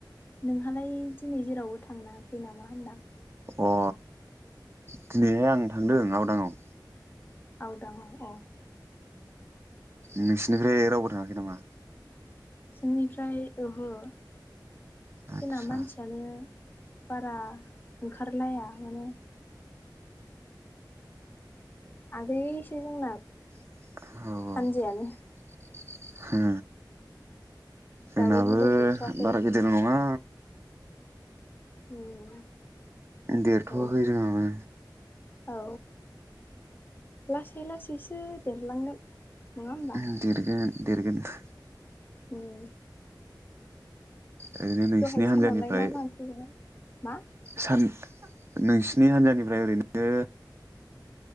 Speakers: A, on the left (about 25°); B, on the right (about 35°).
A: नोंहालाय दिनै जेरावबो थांनाङाखै नामा होनदां?
B: अ दिनैहाय आं थांदों आवदांआव।
A: आवदांआव औ
B: नोंसिनिफ्राय रावबो थाङाखै नामा
A: जोंनिफ्राय ओहो जोंना
B: आदसा
A: मानसियानो बारा ओंखारलाया माने आगैसो जोंना
B: औ
A: हानजायानो
B: औ हो जोंनाबो
A: दाबो गिदिर देरथ'वाखै
B: बारा गिदिर नङा
A: उम
B: देरथ'वाखै
A: औ
B: जोंनाबो।
A: औ लासै लासैसो देरलांगोन नङा होमबा
B: ओम देरगोन देरगोथ'
A: उम
B: ओरैनो नोंसिनि
A: दहाय
B: हान्जानिफ्राय
A: सानावलाय मा मा ओंख्रि जाया मा?
B: सान नोंसिनि हान्जानिफ्राय ओरैनो